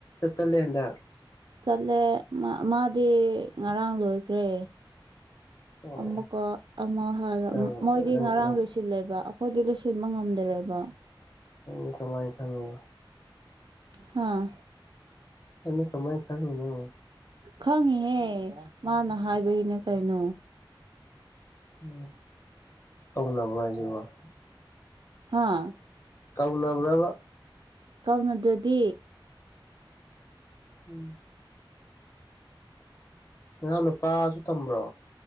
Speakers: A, on the left (about 40°); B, on the right (about 60°).
A: ꯆꯜꯂꯦ ꯍꯟꯗꯥꯛ
B: ꯆꯠꯂꯦ ꯃꯥꯗꯤ ꯉꯔꯥꯡ ꯂꯣꯏꯈ꯭ꯔꯦ
A: ꯑꯣ
B: ꯑꯃꯨꯛꯀ ꯑꯃ ꯍꯥꯏ
A: ꯅꯪ
B: ꯃꯣꯏꯗꯤ
A: ꯅꯪ
B: ꯉꯔꯥꯡꯗꯣꯏꯁꯦ
A: ꯅꯪ
B: ꯂꯣꯏ ꯁꯤꯜꯂꯦꯕ ꯑꯩꯈꯣꯏꯗꯤ ꯂꯣꯏꯁꯤꯟꯕ ꯉꯝꯗ꯭ꯔꯦꯕ
A: ꯎ ꯀꯃꯥꯏ ꯈꯪꯉ
B: ꯍꯥꯥ
A: ꯅꯥꯪꯗꯤ ꯀꯃꯥꯏ ꯈꯪꯉꯤꯅꯣ
B: ꯈꯪꯉꯤꯍꯦ ꯃꯥꯅ ꯍꯥꯏꯕꯒꯤꯅꯦ ꯀꯩꯅꯣ
A: ꯎ ꯀꯧꯂꯕ ꯍꯥꯏꯁꯤꯕꯣ <inaudible>
B: ꯍꯥꯥ
A: ꯀꯥꯎꯅꯕꯔꯕꯥ
B: ꯀꯥꯎꯅꯗ꯭ꯔꯗꯤ
A: ꯎꯝ ꯅꯍꯥꯟ ꯅꯨꯄꯥꯁꯨ ꯇꯝꯕ꯭ꯔꯣ